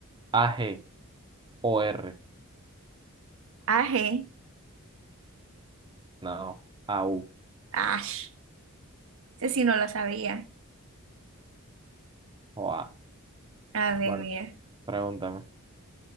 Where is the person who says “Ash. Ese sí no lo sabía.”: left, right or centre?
Right